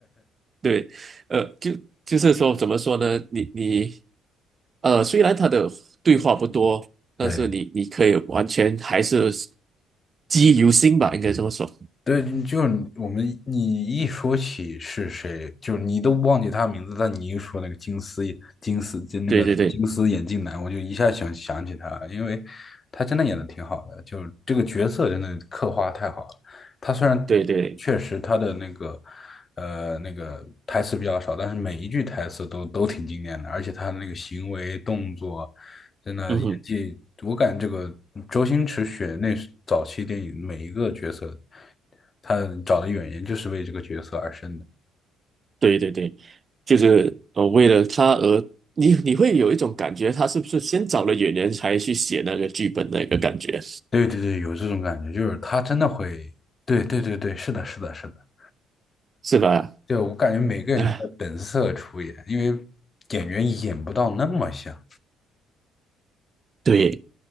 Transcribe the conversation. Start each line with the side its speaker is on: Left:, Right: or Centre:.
Right: 对，呃，就就是说怎么说呢？你你呃，虽然他的对话不多，但是你你可以完全还是
Left: 对。
Right: 记忆犹新吧，应该这么说。
Left: 对，就是我们你一说起是谁，就是你都忘记他的名字，但你一说那个金丝眼金丝就那个金丝眼镜男，
Right: 对对对
Left: 我就一下想想起他了因为他真的演的挺好的，就是这个角色真的刻画太好了。他虽然确实他的那个
Right: 对对，
Left: 呃那个台词比较少，但是每一句台词都都挺经典的，而且他的那个行为动作。真的演技，
Right: 嗯哼。
Left: 我感觉这个周星驰选那时早期电影每一个角色，他找的演员就是为这个角色而生的。
Right: 对对对，就是呃，为了他而你你会有一种感觉，他是不是先找了演员才去写那个剧本那个感觉，
Left: 对对对，有这种感觉，就是他真的会，对对对对，是的，是的，是的，
Right: 是吧？
Left: 对，我感觉每个人都在本色出演，
Right: <sighs> 哎，
Left: 因为演员演不到那么像。
Right: 对，